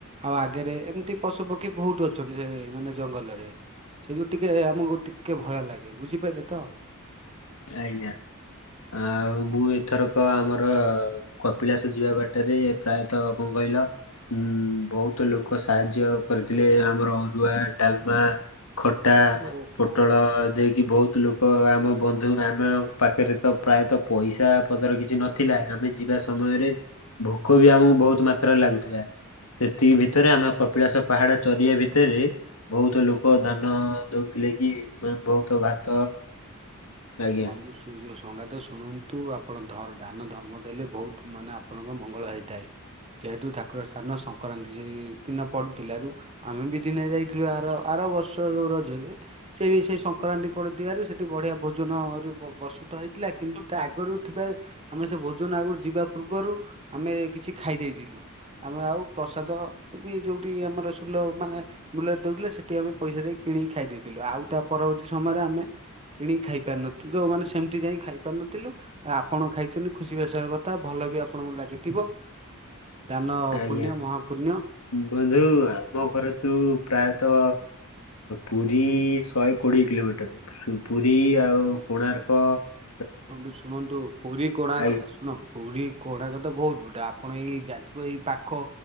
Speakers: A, on the right; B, on the left.
A: ଆଉ ଆଗରେ ଏମିତି ପଶୁ ପକ୍ଷୀ ବହୁତ ଅଛନ୍ତି, ସେ ମାନେ ଜଙ୍ଗଲରେ। ସେଇଯୋଇ ଟିକେ ଆମକୁ ଟିକେ ଭୟ ଲାଗେ ବୁଝିପାଇଲେ ତ।
B: ଆଜ୍ଞା! ଆଉ
A: ହଁ।
B: ମୁଁ ଏଥରକ। ତ ଆମର କପିଳାସ ଯିବା ବାଟରେ ପ୍ରାୟତଃ କଣ କହିଲ। ହଁ ବହୁତ ଲୋକ ସାହାଯ୍ୟ କରିଥିଲେ। ଆମର ଅରୁଆ ଡାଲମା ଖଟା
A: ଓହୋ
B: ପୋଟଳ ଦେଇକି ବହୁତ ଲୋକ ଆମ ବନ୍ଧୁ ଆମ ପାଖରେ ତ ପ୍ରାୟତଃ ପଇସା ପଦର କିଛି ନଥିଲା। ଆମେ ଯିବା ସମୟରେ ଭୋକ ବି ଆମକୁ ବହୁତ ମାତ୍ରାରେ ଲାଗୁଥିଲା। ସେତିକି ଭିତରେ ଆମେ କପିଳାସ ପାହାଡ ଚରିଆ ଭିତରେ! ବହୁତ ଲୋକ ଦାନ ଦଉ ଥିଲେ କି ମା ବହୁତ ଭାତ ଆଜ୍ଞା
A: ମାବୁସୁ ଦାସ। ସଙ୍ଗାତ ଶୁଣନ୍ତୁ ଆପଣ ଧ ଦାନ ଧର୍ମ ଦେଲେ ବହୁତ ମାନେ ଆପଣଙ୍କ ମଙ୍ଗଳ ହେଇଥାଏ। ଯେହେତୁ ଠାକୁର ସ୍ଥାନ ସଂକ୍ରାନ୍ତି ରେ ଦିନ ପଡ଼ୁଥିଲାରୁ, ଆମେ ବି ଦିନେ ଯାଇଥିଲୁ ଆର ଆର ବର୍ଷ ଯୋଉ ରଜରେ ସେ ବି ସେଇ ସଂକ୍ରାନ୍ତି ପଡୁଥିବାରୁ ସେଠି ବଢିଆ ଭୋ ଭୋଜନ ରୁ ପ୍ରସ୍ତୁତ ହେଇଥିଲା। କିନ୍ତୁ ତା ଆଗରୁ ଥିବା ଆମେ ସେ ଭୋଜନ ଆଗରୁ ଯିବା ପୂର୍ବରୁ ଆମେ କିଛି ଖାଇ ଦେଇଥିଲୁ। ଆମେ ଆଉ ପ୍ରସାଦ ବି ଯେଉଁଠି ଆମର ସୁଲଭ ମାନେ ମୂଲ୍ୟରେ ଦେଉଥିଲେ। ସେଠି ଆମେ ପଇସା ଦେଇକି କିଣିକି ଖାଇଦେଇଥିଲୁ ଆଉ ପରବର୍ତ୍ତୀ ସମୟର ଆମେ କିଣିଲି ଖାଇପାରୁ ନଥିଲଥିଲେ ସେମିତି ଯାଇ ଖାଇପାରୁନଥିଲୁ ଆପଣ ଖାଇଛନ୍ତି ଖୁସି ଭ ଆସିବାର କଥା ଭଲ ବି ଆପଣଙ୍କୁ। ଲାଗ <inaudible> ଲାଗିଥିବ <unintelligible> ଦାନ
B: ଆଜ୍ଞା
A: ପୁଣ୍ୟ ମହାପୁଣ୍ୟ
B: ବନ୍ଧୁ ଆମ ଘର ତୁ ପ୍ରାୟ ତ ପୁରୀ ଶହେ କୋଡିଏ କିଲୋମିଟର । ପୁରୀ ଆଉ କୋଣାର୍କ ।
A: ଶୁଣନ୍ତୁ ଶୁଣନ୍ତୁ ପୁରୀ କଣା
B: ଆଜ୍ଞା
A: ଶୁଣ ପୁରୀ। କୋଣକ ତ ବହୁତ ବଡ଼ ଆପଣ ଏଇ ଯାଜପୁର ଏଇ ପାଖ